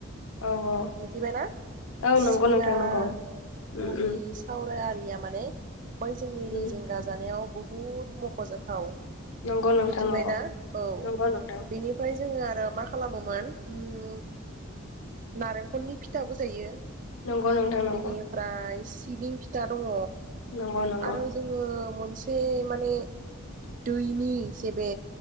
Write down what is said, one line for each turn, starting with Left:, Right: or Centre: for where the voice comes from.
Left: औ औ
Right: मिथिबायना
Left: औ
Right: सिरा,
Left: नंगौ नोंथां नंगौ उम
Right: मुरि,
Left: उम
Right: सौराय आरि या माने बै जोंनि
Left: उम
Right: रेजेंगा जानायाव बचहुद मख'जाथाव।
Left: नंगौ नोंथां
Right: मिथिबायना
Left: नंगौ
Right: औ
Left: नंगौ नोंथां
Right: बिनिफ्राय जोङो आरो मा खालामोमोन उम नारेंखलनि फिथाबो जायो।
Left: नंगौ नोंथां नंगौ।
Right: बेनिफ्राय सिबिं फिथा दङ।
Left: नंगौ नंगौ
Right: आरो जोङो बे माने दैनि जे बे